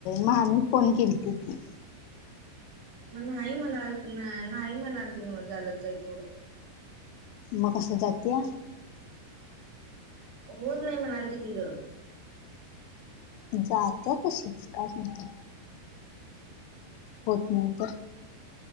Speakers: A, on the left; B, on the right.
A: मग ममी फोन केलीती की.
B: मग नाही म्हणा नाही म्हणातील ना चालंत जायच तेवढं.
A: मग कसं जातया.
B: होत नाही म्हणाल त की ग.
A: जात्या तशीच काय नकार. होत नाही तर